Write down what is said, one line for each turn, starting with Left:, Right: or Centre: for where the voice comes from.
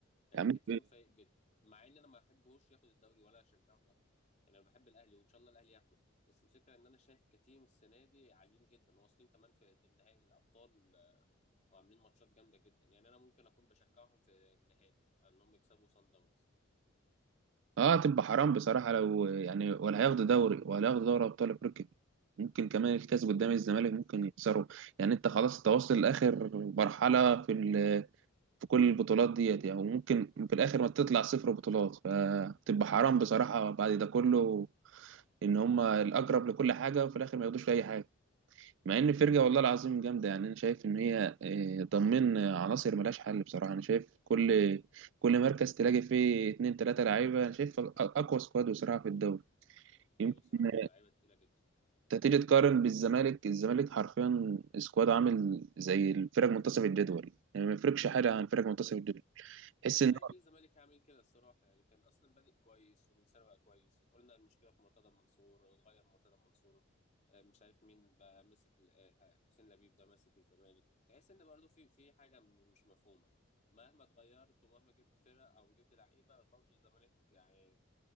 Left: يعني
Right: يعني
Left: كتيم فايق جدا مع ان انا ما بحبهوش ياخد الدوري ولا اشجعه انه ياخده يعني انا بحب الاهلي وان شاء الله الاهلي ياخده بس الفكره ان انا شايف كتيم السنه دي عاليين جدا واصلين كمان في قدام نهائي الابطال آه، وعاملين ماتشات جامده جدا يعني انا ممكن اكون بشجعهم في النهائي ان هم يكسبوا سان داونز
Right: اه تبقى حرام بصراحه لو يعني ولا هياخدوا دوري ولا هياخدوا دوري ابطال افريقيا ممكن كمان الكاس قدام الزمالك ممكن يخسروا يعني انت خلاص تواصل لاخر مرحله في في كل البطولات ديت يعني وممكن في الاخر ما تطلع صفر بطولات فتبقى حرام بصراحه بعد ده كله ان هم الاقرب لكل حاجه وفي الاخر ما ياخدوش في اي حاجه مع ان الفرقه والله العظيم جامده يعني انا شايف ان هي آه، ضمن عناصر ملهاش حل بصراحه انا شايف كل كل مركز تلاقي فيه اتنين تلاته لعيبه انا شايف أق- اقوى سكواد بصراحه في الدوري
Left: ايوه
Right: يمكن
Left: الصراحه هم لعيبه تقيله جدا
Right: انت تيجي تقارن بالزمالك الزمالك حرفيا سكواد عامل زي الفرق منتصف الجدول يعني ما يفرقش حاجه عن فرق منتصف الجدول تحس
Left: انا مش
Right: ان
Left: عارف ليه الزمالك عامل كده الصراحه يعني كان اصلا بادئ كويس ومن سنه بقى كويس قلنا المشكله في مرتضى منصور اتغير مرتضى منصور آه، مش عارف مين بقى ماسك ال- آه، حسين لبيب ده ماسك الزمالك تحس ان برضو في في حاجه م- مش مفهومه مهما اتغيرت ومهما جبت فرق او جبت لعيبه برضو الزمالك يعني